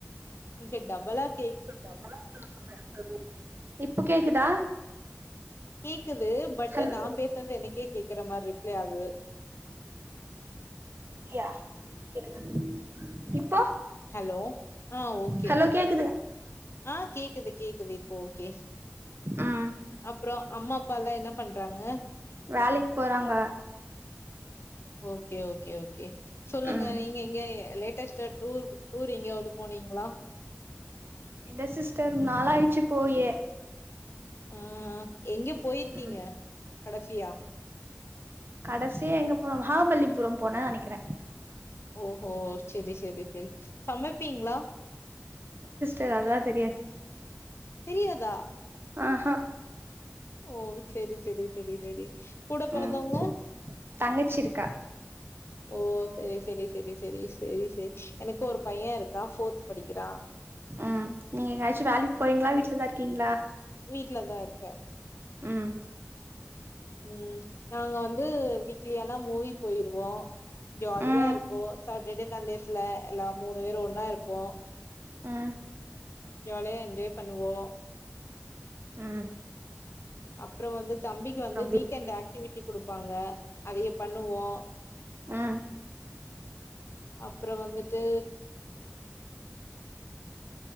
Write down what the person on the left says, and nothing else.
இங்க டபளாக்
கேக்குது பட்டு
நா பேசறது எனக்கே கேக்கற மார் ரிப்ளே ஆகுது
ஹெலோ ஆ ஓகே
ஆ கேக்குது கேக்குது இப் போ ஓகே
அப்றோ அம்மா அப்பாலா என்ன பண்றாங்க
ஓகே ஓகே ஓகே சொல்லுங்க
நீங்க எங்கியா லேட்டஸ்டா டூர் டூர் எங்கியாவது போனீங்ளா
ஆ எங்க போய் இருக்கீங்க
கடைசியா
ஓஹோ சேரி சேரி சேரி சமைப்பீங்ளா
தெரியாதா
ஓ செரி செரி செரி செரி கூட பொறந்தவங்க
ஓ சேரி சேரி சேரி சேரி சேரி சேரி எனக்கு ஒரு பைய இருக்கா ஃபோர்த் படிக்கிறா
வீட்லதா இருக்க
ம் நாங்க வந்து வீக்லியானா மூவி போய்ருவோ ஜாலியா
இருக்கு சட்டடே சண்டேஸ்ல ல மூணு பேரு ஒன்னா இருப்போ
ஜாலியா என்ஜாய் பண்ணுவோ
அப்றோ வந்து தம்பிக்கு வந்து
வீக்கெண்ட் அக்டிவிட்டி குடுப்பாங்க அதைய பண்ணுவோ
அப்றோ வந்துட்டு